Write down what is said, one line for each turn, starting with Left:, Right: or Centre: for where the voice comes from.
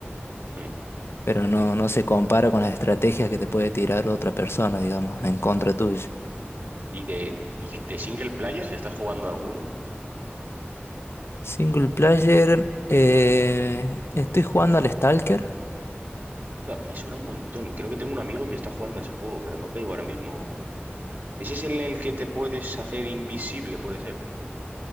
Right: Mm.
Left: pero no, no se compara con las estrategias que te puede tirar otra persona, digamos, en contra tuya.
Right: ¿Y de, y de single players estás jugando alguno?
Left: Single player, eh, estoy jugando al Stalker.
Right: Onda, me suena un montón. Creo que tengo un amigo que está jugando a ese juego, pero no caigo ahora mismo. ¿Ese es el en el que te puedes hacer invisible, puede ser?